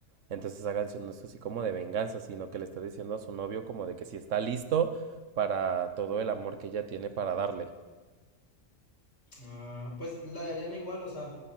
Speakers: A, on the right (about 75°); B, on the left (about 60°).
A: Entonces esa canción no es así como de venganza, sino que le está diciendo a su novio como de que si está listo para todo el amor que ella tiene para darle.
B: Ah, pues la de arena igual, o sea,